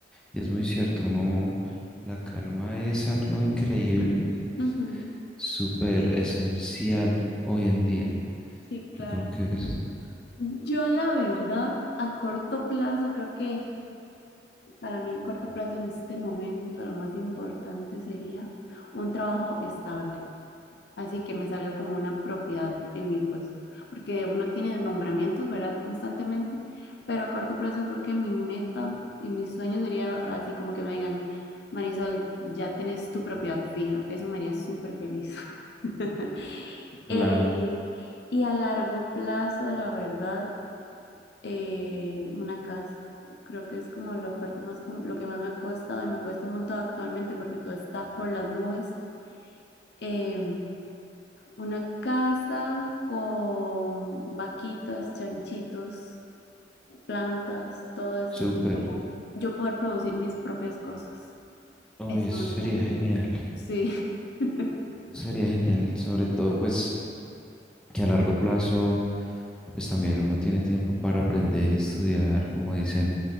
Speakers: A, in the centre; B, on the left.
A: y es muy cierto, uno, la calma es algo increíble y pues...
B: Ujú,
A: súper esencial hoy en día.
B: Sí, claro.
A: Yo creo que es
B: Yo la verdad, a corto plazo creo que Para mí, a corto plazo, en este momento, lo más importante sería un trabajo estable, así que me salga como una propiedad en mi puesto, porque uno tiene nombramientos, ¿verdad? Constantemente, pero a corto plazo creo que mi meta y mi sueño sería así como que me digan, Marisol, ya tenés tu propiedad fija, eso me haría súper feliz. <laughs>
A: Claro.
B: Eh, y a largo plazo, la verdad eh, una casa. Creo que es como la parte más, com- lo que más me ha costado y me cuesta un montón actualmente porque todo está por las nubes. Em, una casa con vaquitas, chanchitos, plantas, todo esto,
A: súper.
B: así como yo poder producir mis propias cosas.
A: Uy,
B: Eso
A: eso
B: me encantaría.
A: sería genial.
B: Sí. <laughs>
A: Eso Sería genial, sobre todo pues que a largo plazo pues también uno tiene tiempo para aprender y estudiar, como dicen,